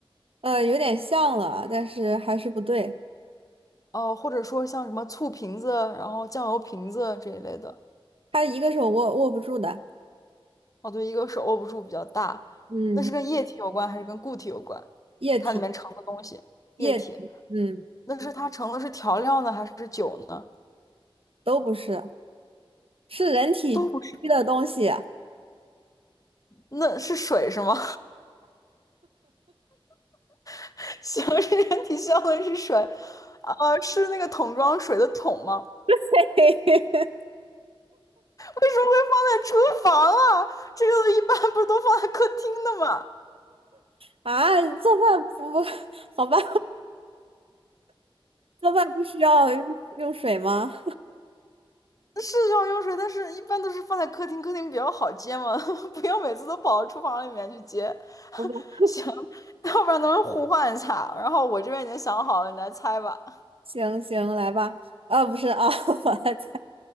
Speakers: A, on the right; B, on the left.
A: 呃，有点像了，但是还是不对。
B: 哦，或者说像什么醋瓶子，然后酱油瓶子这一类的。
A: 它一个是我握握不住的，
B: 哦，对，一个是握不住比较大，
A: 嗯，
B: 那是跟液嗯体有关还是跟固体有关？
A: 液体
B: 它里面盛的东西，
A: 液体，
B: 液体，
A: 嗯，
B: 那是它嗯盛的是调料呢，还是酒呢？
A: 都不是，是人体区的东西啊。
B: 都不是，那是水是吗？<laughs> 行，是人体需要的是水，呃，是那个桶装水的桶吗？
A: <laughs>
B: 为什么会放在厨房啊？这个一般不是都放在客厅的吗？
A: 啊，做饭不不，<laughs> 好吧，做饭不需要用用水吗？
B: 是要用水，但是一般都是放在客厅，客厅比较好接嘛，<laughs> 不要每次都跑到厨房里面去接。<laughs>
A: <laughs>
B: 行，要不然咱们互换一下。然后我这边已经想好了，你来猜吧。
A: 行行，来吧。啊，不是啊，<laughs> 我来猜，